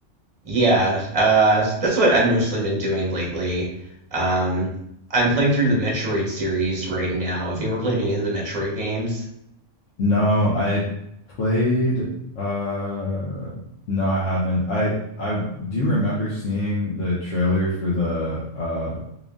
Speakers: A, on the right; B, on the left.
A: yeah, uh, that's what I've mostly been doing lately. Um, I'm playing through the Metroid series right now. Have you ever played any of the Metroid games?
B: No, I played uh no, I haven't. I I do remember seeing the trailer for the uh